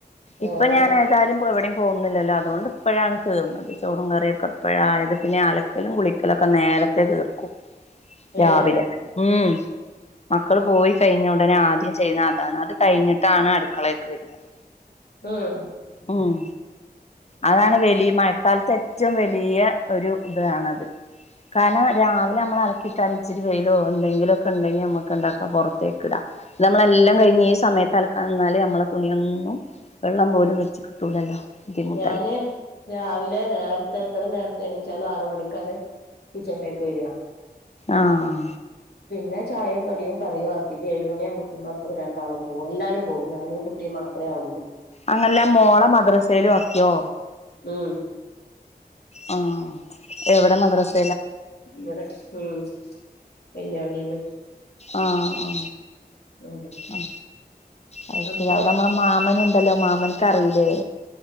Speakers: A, on the left; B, on the left.
A: ഇപ്പൊ
B: ആഹ്
A: ഞാൻ ഏതായാലും പോയി എവിടെയും പോകന്നുന്നില്ലല്ലോ അതുകൊണ്ട് ഇപ്പോഴാണ് തീർന്നത് ചോറും കറിയൊക്കെ ഇപ്പോഴായത് പിന്നെ അലക്ക അലക്കലും കുളിക്കലൊക്കെ നേരത്തെ തീർക്കും രാവില്ലെ
B: ഏഹ്
A: ഉം മക്കള് പോയി കഴിഞ്ഞാ ഉടനെ ആദ്യം ചെയ്യുന്ന അതാണ് അത് കഴിഞ്ഞിട്ടാണ് അടുക്കളേക്ക് വരുന്നത്
B: ഉം
A: മം അതാണ് വെലിയ മാറ്റ കാലത്ത് ഏറ്റവും വലിയ ഒരു ഇതാണത് കാരണം രാവിലെ നമ്മള് അല കിയിട്ടാല് ഇച്ചിരി വെയിലോ എന്തെങ്കിലും ഒക്കെ ഉണ്ടെങ്കി നമ്മുക്ക് എന്താക്കാം പൊ റത്തേക്ക് ഇടാം നമ്മളെല്ലാം കഴിഞ്ഞ് ഈ സമയത്ത് അലക്കാൻ നിന്നാല് നമ്മളെ തുണിയൊന്നും വെള്ളം പോലും വെച്ച് കിട്ടുല്ലല്ലോ ബുദ്ധിമു
B: ഞാന് രാവിലെ നേരത്തെ എത്ര നേരത്തെ എണീച്ചാലും ആറ് മണിക്കാണ് കിച്ചണിലേക്ക് വരിക
A: ആഹ്
B: പിന്നെ ചായയും കടിയും കറിയും ആക്കിയിട്ട് ഏഴുമണിയാമ്പത്തേക്കും മക്കള് രണ്ടാളും പോവും എല്ലാരും പോവും ഞാ ഞാനും കുട്ടിയും മാത്രമേ ആവൂള്ളു ഇനി
A: അങ്ങല്ലേ മോളേ മദ്രസയിലും ആക്കിയോ
B: ഉം
A: ആ എവിടെ മദ്രസ്
B: ഇവിടെ ഉം ഇല്ല ഒണ്ടേലും
A: ആഹ ആ
B: ഉം
A: ആ അ ശരി
B: അപ്പൊ
A: അവിടെ നമ്മള മാമന ഉ ഹലോ മാമനക്ക്റിയില്ലേ